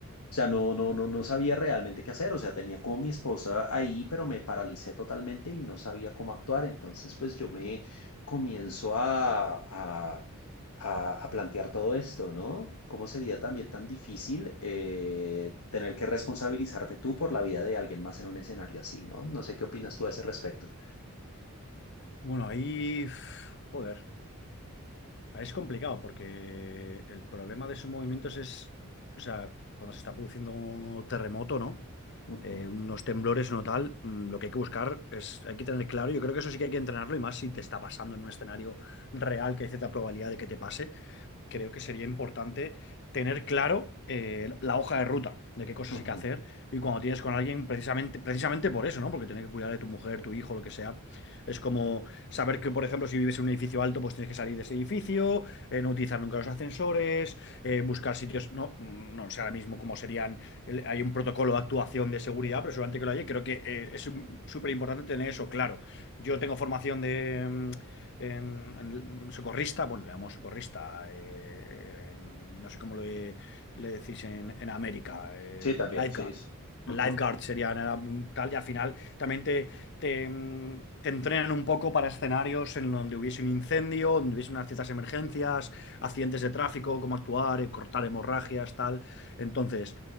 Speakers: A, on the left (about 80°); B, on the left (about 50°).
A: O sea, no, no, no, no sabía realmente qué hacer. O sea, tenía como mi esposa ahí, pero me paralicé totalmente y no sabía cómo actuar. Entonces, pues yo me comienzo a, a, a- a plantear todo esto, ¿no? ¿Cómo sería también tan difícil eh, tener que responsabilizarte tú por la vida de alguien más en un escenario así, ¿no? No sé qué opinas tú a ese respecto.
B: Bueno, ahí, uf, joder. Ah, Es complicado porque el problema de esos movimientos es, o sea, cuando se está produciendo un terremoto, ¿no?
A: Ujú,
B: Eh, unos temblores, no tal, mm, lo que hay que buscar es, hay que tener claro, yo creo que eso sí que hay que entrenarlo y más si te está pasando en un escenario real que hay cierta probabilidad de que te pase, creo que sería importante tener claro eh, la hoja de ruta de qué cosas
A: ujú.
B: hay que hacer y cuando tienes con alguien precisamente, precisamente por eso, ¿no? Porque tener que cuidar de tu mujer, tu hijo, lo que sea. Es como saber que, por ejemplo, si vives en un edificio alto, pues tienes que salir de ese edificio, eh, no utilizar nunca los ascensores, eh, buscar sitios, no, no sé ahora mismo cómo serían, el- hay un protocolo de actuación de seguridad, pero seguramente que lo hay, creo que eh, es súper importante tener eso claro. Yo tengo formación de mm, en, en socorrista, bueno, le llamamos socorrista, eh, eh, mm, no sé cómo le, le decís en, en América, el,
A: Sí, también,
B: el lifeguard.
A: sí. es- ujú.
B: El lifeguard sería nada, mm, tal, y al final también te, te, mm, te entrenan un poco para escenarios en donde hubiese un incendio, donde hubiese unas ciertas emergencias, accidentes de tráfico, cómo actuar, eh, cortar hemorragias, tal. Entonces,